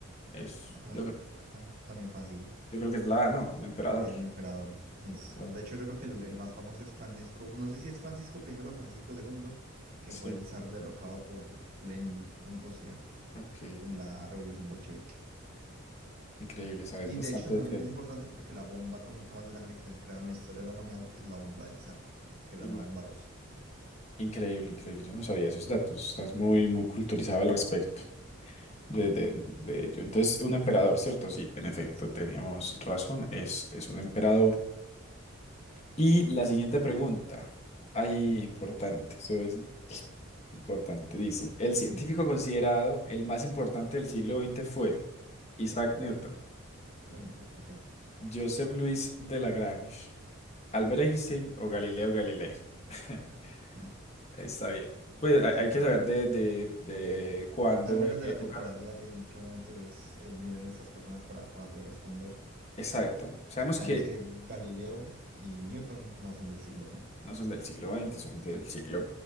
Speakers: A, on the left (about 30°); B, on the right (about 45°).
A: Es,
B: una placa.
A: yo, cre-
B: Ah, está, también fácil.
A: yo creo que es la A, ¿no? Un emperador.
B: Sí, es un emperador. Es,
A: Un Emperador.
B: de hecho, yo creo que el, el más famoso es Francisco, no sé si es Francisco primero o Francisco segundo que
A: Sí,
B: fue el zar derrocado por Lenin en Rusia
A: ok.
B: en la Revolución Bolchevique.
A: Increíble, sabes
B: Y
A: bastante
B: de hecho también
A: del tema.
B: es importante porque la bomba atómica más grande que se ha creado en la historia de la humanidad es la bomba del zar, que era
A: La-
B: una bomba rusa.
A: Increíble, increíble. Yo no sabía esos datos. Estás muy, muy culturizado al respecto de, de, de ello. Entonces, un emperador,
B: Ujú.
A: ¿cierto? Sí, en efecto,
B: Sí, sí.
A: teníamos razón. Es, es un emperador. Y la siguiente pregunta, ahí importante, eso es importante, dice,
B: sí. Va,
A: el científico
B: contame.
A: considerado el más importante del siglo XX fue Isaac Newton,
B: 20, ok.
A: Joseph Louis de Lagrange, Albert Einstein o Galileo Galilei. <laughs>
B: <laughs>
A: Está bien. Pues hay,
B: Sí,
A: hay que
B: sí.
A: saber de, de, de cuándo,
B: Al menos
A: de qué
B: de la
A: época.
B: temporalidad de en qué momento Dios eh, vienen estas personas para, para poder responder.
A: Exacto. Sabemos
B: Sabemos
A: que
B: que Galileo y Newton no son del siglo veinte
A: no son del siglo XX, son del siglo